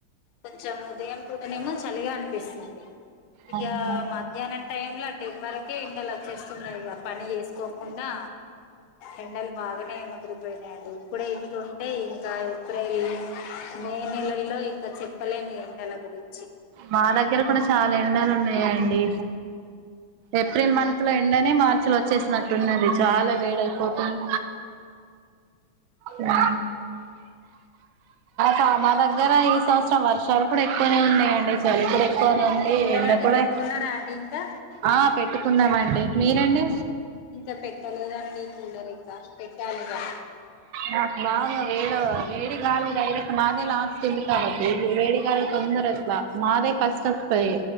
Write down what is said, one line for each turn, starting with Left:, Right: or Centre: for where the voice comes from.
Left: కొంచెం ఉదయం పూటనేమో చలిగా అనిపిస్తుంది ఇక
Right: అవునా
Left: మధ్యాహ్నం టైమ్ లో టెన్ వరకే ఎండలు వచ్చేస్తున్నాయి ఇక పని చేసుకోకుండా ఎండలు బాగానే ముదరిపోయినాయండి ఇప్పుడే ఇట్లుంటే ఇంకా ఏప్రిల్ మే నెలల్లో ఇంకా చెప్పలేం ఈ ఎండల గురించి
Right: మా దగ్గర కూడా చాలా ఎండాలు వున్నాయ్ ఈయండి ఏప్రిల్ మంత్ లో ఎండనే మార్చి లో వచ్చేసినట్టున్నది చాలా వేడి అయిపోతుంది మా మా మాదగ్గర ఈ సంవత్సరం వర్షాలు కూడా ఎక్కువనే ఉన్నాయండి చలి కూడా ఎక్కువనే ఉంది
Left: కూలర్
Right: ఎండ
Left: అది
Right: కూడా
Left: పెట్టుకున్నారా అండి ఇంకా
Right: ఆ పెట్టు పెట్టుకున్నాం అండి మీరండి
Left: ఇంకా పెట్టలేదండి కూలర్ ఇక పెట్టాలిగా
Right: నాకు బాగా వేడ వేడిగాలి డైరెక్ట్ మదే లాస్ట్ వుంది కాబట్టి వేడిగాలి తొందరగా ఇట్ల మాదే ఫస్ట్ వొస్తది